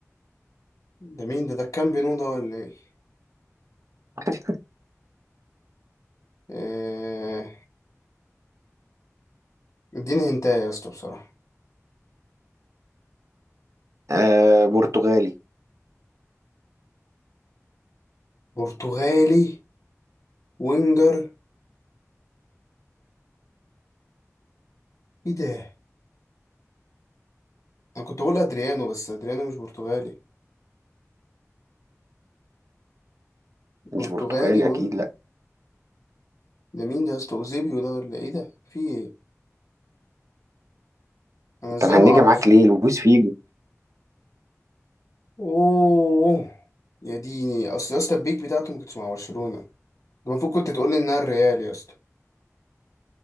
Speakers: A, on the left (about 75°); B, on the right (about 70°).
A: ده مين ده ده كان بينو ده ولا ايه
B: <laughs>
A: آه اديني هنتايا يا اسطى بصراحة
B: آه برتغالي
A: برتغالي وينجر ايه ده انا كنت بقول ادريانو بس ادريانو مش برتغالي
B: مش
A: برتغالي
B: برتغالي
A: وينجر
B: اكيد لا
A: ده مين ده يا اسطى اوزيبيو ده ولا ايه ده في ايه انا
B: انت
A: ازاي
B: مهنجه
A: ما اعرفش
B: معاك ليه لويس فيجو
A: اوه يا ديني اصل يا اسطى البيك بتاعته ما كنتش مع برشلونة ده المفروض كنت تقول لي انها الريال يا اسطى